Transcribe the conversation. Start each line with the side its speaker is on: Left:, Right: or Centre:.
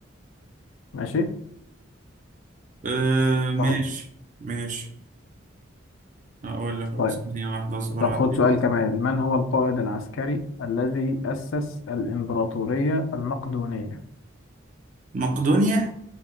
Left: ماشي
Right: آه ماشي
Left: طب
Right: ماشي هقول لك خلاص
Left: طيب
Right: ثانية واحدة اصبر
Left: طب
Right: عليك
Left: خد سؤال كمان من هو القائد العسكري الذي أسس الإمبراطورية المقدونية؟
Right: مقدونيا